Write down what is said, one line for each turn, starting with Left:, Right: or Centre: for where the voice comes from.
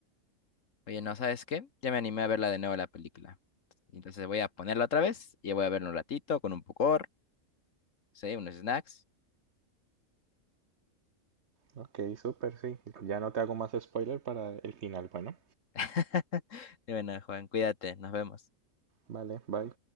Left: Oye, ¿no sabes qué? Ya me animé a verla de nuevo la película. Entonces voy a ponerla otra vez y voy a verla un ratito con un pocor, sí, unos snacks.
Right: Ok, súper, sí, ya no te hago más spoiler para el final, bueno,
Left: <laughs> Y bueno, Juan, cuídate, nos vemos.
Right: vale, bye.